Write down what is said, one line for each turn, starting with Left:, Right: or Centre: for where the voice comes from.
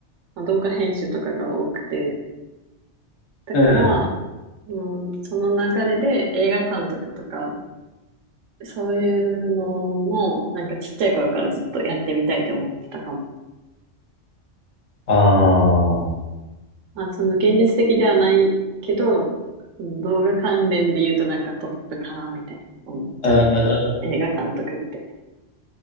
Right: まあ動画編集とかが多くて、だから、
Left: うん。
Right: うん、その流れで映画監督とか、そういうのも、なんかちっちゃい頃からずっとやってみたいと思ってたかも。
Left: ああ、
Right: まあ、その現実的ではないけど、その動画関連で言うとなんかトップかな、みたいな思っちゃう。
Left: うんうんうん。
Right: 映画監督って。